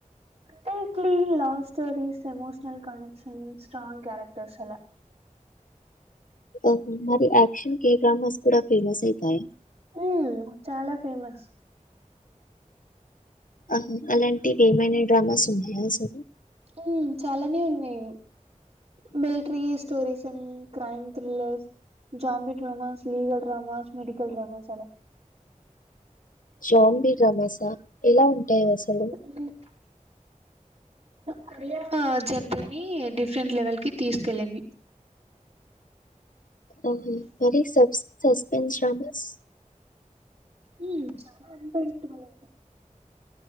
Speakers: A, on the right; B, on the left.
A: కానీ clean love stories emotional connection strong characters అలా.
B: ఓహో మరి యాక్షన్ కే గ్రామస్ కూడా ఫేమస్ అయితాయ.
A: ఉ చాలా ఫేమస్.
B: ఆహా అలాంటివి ఏమైనా డ్రామాస్ ఉన్నాయా అసలు.
A: హుమ్ చాలానే ఉన్నయే మో. బేట్రీ స్టోరీస్ అన్ crime thrillers. Zombie dramas legal dramas medical dramas అలా.
B: జామ్ బీ డ్రామాస్ ఎలా ఉంటాయి అసలు.
A: <unintelligible> కొరియా జెండ్ అని డిఫరెంట్ లెవెల్ కి తీసుకెళ్ళింది.
B: ఆహ మరి సబ్ సస్పెన్స్ డ్రామాస్.
A: హ్ చాలా అన్ప్రేడిక్టబుల్ అండి.